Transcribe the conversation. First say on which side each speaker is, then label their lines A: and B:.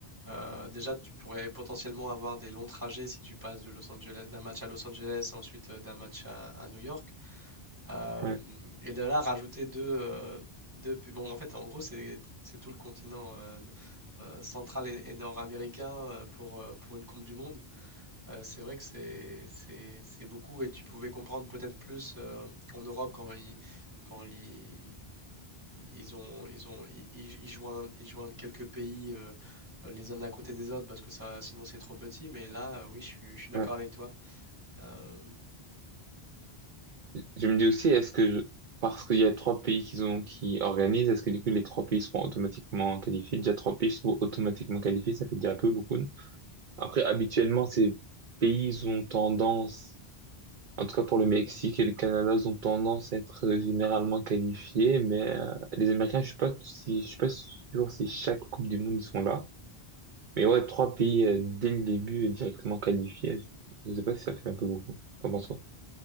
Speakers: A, on the right; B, on the right.
A: euh, déjà tu pourrais potentiellement avoir des longs trajets si tu passes de Los Angeles, d'un match à Los Angeles, ensuite euh, d'un match à, à New York. Euh,
B: ouais,
A: et de là, rajouter deux, euh, deux pu- Bon, en fait, en gros, c'est c'est tout le continent euh, euh, central et, et nord-américain euh, pour, euh, pour une Coupe du Monde. Euh, c'est vrai que c'est c'est- c'est beaucoup et tu pouvais comprendre peut-être plus euh, en Europe quand ils quand ils, ils ont ils ont ils, ils- ils joignent ils joignent quelques pays euh, euh, les uns à côté des autres parce que ça sinon c'est trop petit mais là euh, oui je suis, je suis d'accord
B: ouais.
A: avec toi. Euh,
B: Je me dis aussi, est-ce que je- parce qu'il y a trois pays qui ont, qui organisent, est-ce que du coup les trois pays seront automatiquement qualifiés? Déjà trois pays seront automatiquement qualifiés, ça fait déjà un peu beaucoup. Après, habituellement, ces pays ont tendance, en tout cas pour le Mexique et le Canada, ils ont tendance à être euh, généralement qualifiés, mais euh, les Américains, je suis pas si, je suis pas sûr si chaque Coupe du Monde ils sont là. Mais ouais, trois pays euh, dès le début euh, directement qualifiés, je je sais pas si ça fait un peu beaucoup. T'en penses quoi?